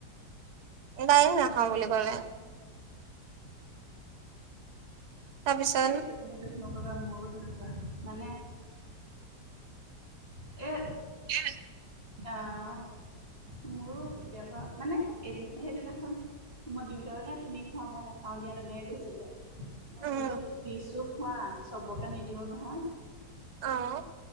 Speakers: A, on the right (about 65°); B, on the right (about 35°).
A: গায়ক নাখাওঁ বুলি কলে। তাৰপিছত
B: এ সেইটো তুমি দুখ নকবা মোৰো তেনেকুৱা মানে এ'
A: হ
B: আহ মোৰো কেতিয়াবা মানে এদিন সেইদিনাখন মই দিওঁতে মানে তুমি খোৱাাম মই নেখাওঁ দিয়া তেনেকে কৈছিলে মই
A: উম
B: বোলো দিছোঁ খোৱা চবকে নিদি নিদিওঁ নহয়।
A: অহ